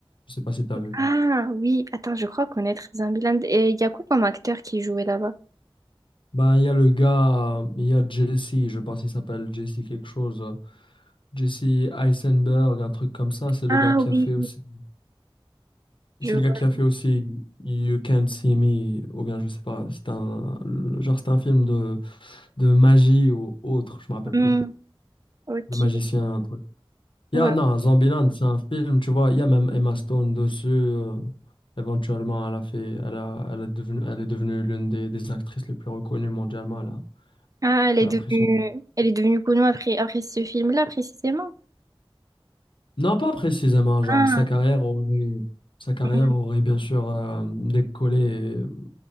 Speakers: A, on the left (about 60°); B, on the right (about 40°).
A: je sais pas si t'as vu.
B: Ah oui, attends, je crois connaître Zombieland. Et il y a quoi comme acteur qui jouait là-bas?
A: Ben, il y a le gars, euh, il y a Jesse, je pense qu'il s'appelle Jesse quelque chose. euh, Jesse Eisenberg, un truc comme ça, c'est le
B: Ah
A: gars qui
B: oui,
A: a fait aussi
B: je
A: C'est
B: vois.
A: le gars qui a fait aussi You Can't See Me, ou bien je sais pas, c'est un, le- genre c'est un film de, de magie ou autre, je me rappelle
B: Hmm,
A: plus.
B: ok,
A: De magicien, un truc.
B: ouais.
A: Il y a, non, Zombieland, c'est un film, tu vois, il y a même Emma Stone dessus. euh, éventuellement, elle a fait, elle a, elle a devenu, elle est devenue l'une des, des actrices les plus reconnues mondialement. Elle a,
B: Ah, elle est
A: elle
B: devenue,
A: a pris son.
B: elle est devenue connue après, après ce film-là, précisément.
A: Non, pas précisément, genre
B: Ah,
A: sa carrière aurait, sa carrière
B: hmm.
A: aurait bien sûr euh, décollé euh,